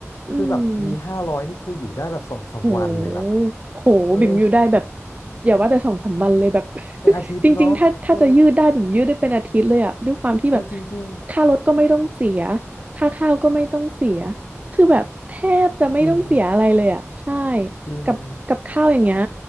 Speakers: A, on the right; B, on the left.
A: อืม
B: คือแบบมีห้าร้อยนี่คืออยู่ได้แบบสองสามวันเลยนะ
A: โหโหบิ่มอยู่ได้แบบ
B: เออ
A: อย่าว่าแต่สองสามวันเลยแบบ
B: เป็นอาทิตย์เนาะเออ
A: <laughs> จริงๆถ้าถ้าจะยืดได้บิ่มยืดได้เป็นอาทิตย์เลยอะด้วยความที่แบบ
B: เออจริงจริง
A: ค่ารถก็ไม่ต้องเสียค่าข้าวก็ไม่ต้องเสียคือแบบแทบจะไม่ต้องเสียอะไรเลยอะใช่
B: จริงจริง
A: กับกับข้าวอย่างเงี้ย